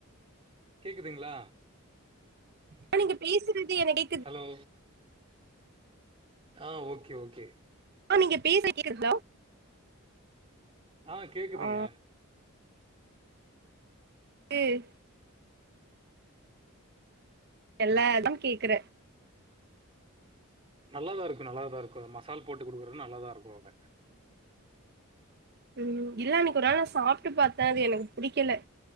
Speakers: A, on the right; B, on the right.
A: கேக்குதுங்களா
B: ப நீங்க பேசுறது என டி
A: ஹலோ ஆ ஓகே ஓகே
B: மா நீங்க பேசற்து <inaudible>
A: ஆ கேக்குதுங்க
B: ஆ ம் எல்லா எடம் கேக்குற
A: நல்லாதா இருக்கு நல்லாதா இருக்கு மசால் போட்டு குடுக்குறது நல்லாதா இருக்கு அங்க
B: ம் இல்ல அன்னைக்கு ஒரு நாள் நா சாப்ட்டு பாத்த அது எனக்கு புடிக்கல